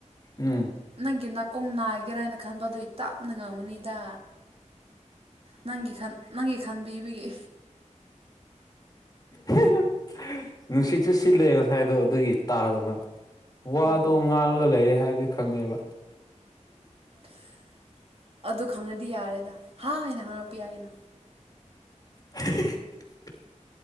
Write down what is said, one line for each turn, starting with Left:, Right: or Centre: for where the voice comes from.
Left: ꯎꯝ
Right: ꯅꯪꯒꯤ ꯀꯨꯝ ꯅꯥꯒꯦꯔ ꯍꯥꯏꯅ ꯈꯟꯕ ꯑꯗꯨꯏ ꯇꯞꯅ ꯉꯥꯡꯒꯅꯤꯗ ꯅꯪꯒꯤ ꯈ ꯅꯪꯒꯤ ꯈꯥꯟꯕꯤꯕꯒꯤ
Left: <inaudible> ꯅꯨꯡꯁꯤꯠꯁꯨ ꯁꯤꯠꯂꯦ ꯉꯁꯥꯏꯗꯣ ꯑꯗꯨꯒꯤ ꯇꯥꯗꯕ ꯋꯥꯗꯣ
Right: ꯑꯥ
Left: ꯉꯥꯡꯂꯒ ꯂꯩꯔꯦ ꯍꯥꯏꯕꯗꯤ ꯈꯪꯉꯦꯕ
Right: <inaudible> ꯑꯗꯨ ꯈꯪꯅꯗꯤ ꯌꯥꯔꯦꯗ ꯍꯥꯏ ꯍꯥꯏꯅ ꯍꯥꯡꯉꯛꯄ ꯌꯥꯏꯩꯅ
Left: <inaudible>